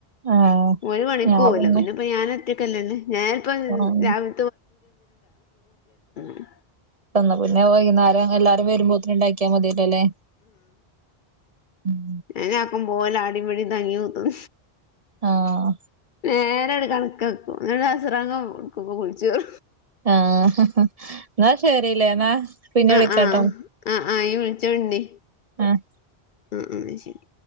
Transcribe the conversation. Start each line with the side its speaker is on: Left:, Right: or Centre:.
Right: ആഹ്
Left: ഓര് പണിക്ക്
Right: ഞാൻ
Left: പോകുവല്ലോ
Right: പിന്നെ
Left: പിന്നെപ്പ ഞാൻഒറ്റക്കല്ലല്ലേ ഞാനപ്പം
Right: ആഹ്
Left: രാവി <unintelligible>
Right: വന്നാ പിന്നെ വൈകുന്നേരം എല്ലാരും വരുമ്പോത്തേന് ഉണ്ടാക്കിയാ മതിയല്ലോ അല്ലേ ഉം
Left: ഏഹ് ആക്കും പോല ആടിമടി തഞ്ഞി വെക്കും
Right: ആഹ്
Left: നേരങ്ങട് കണക്കെക്കും എന്നിട്ട് അസറാങ്ക് എടുക്കും കുളിച്ചോർ
Right: ആഹ് എന്നാ ശരില്ലേ എന്നാ പിന്നെ
Left: ആ
Right: വിളിക്കാട്ടോ
Left: ആഹ് ആ ആ ഇനി വിളിച്ചോണ്ടി
Right: ആഹ്
Left: ഉം ഉം ശരി